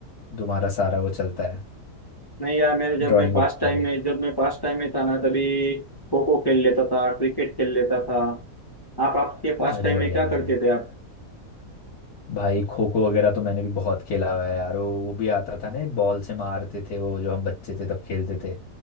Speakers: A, on the left (about 70°); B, on the left (about 15°).
A: तुम्हारा सारा वो चलता है
B: नहीं यार मेरे जब
A: ड्राइंग
B: मैं पास
A: वगैरह
B: टाइम
A: भी
B: में जब मैं पास टाइम में था ना तभी खो खो खेल लेता था क्रिकेट खेल लेता था आप आपके पास
A: अरे
B: टाइम
A: बढ़िया
B: में क्या
A: भाई
B: करते थे आप
A: भाई खो खो वगैरह तो मैंने भी बहुत खेला हुआ है यार वो वो भी आता था ना एक बॉल से मारते थे वो जो हम बच्चे थे तब खेलते थे